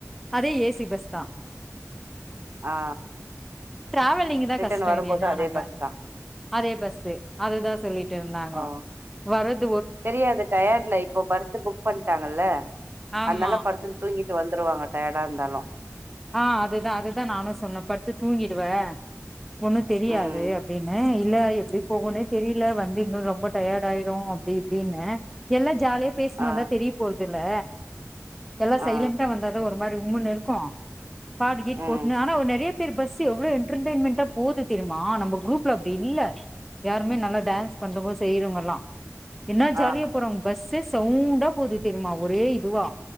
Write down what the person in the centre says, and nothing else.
அதே ஏ சி பஸ் தா
ட்ராவலிங் தா
கஷ்ட
இது என்னானாக்கா
அதே பஸு அததா சொல்லிட்டு இருந்தாங்கோ
வரத்
ஆமா
ஆ அதுதா அதுதா நானு சொன்ன படுத்து தூங்கிடுவ ஒண்ணு தெரியாது
அப்டின்னு இல்ல எப்டி போகுனே தெரியில வந்து இன்னு ரொம்ப டயட் ஆயிடு அப்டி அப்டின்ன எல்லா ஜாலியா பேசிணு
வந்தா தெரிய போறதில்ல எல்லா
சைலண்டா வந்தாதா ஒரு மாரி உம்ன்னு இருக்கு பாட்டு கீட்டு
போட்டுனு ஆனா ஒரு நெறைய பேர் பஸு எவ்ளோ என்டர்டயன்மெண்ட்டா போது தெரிமா நம குரூப்ல அப்டி இல்ல யாருமே நல்லா டான்ஸ் பண்றங்கோ செய்றவுங்க எல்லா என்னா ஜாலியா
போறாங்க பஸே சவுண்டா போது தெரிமா ஒரே இதுவா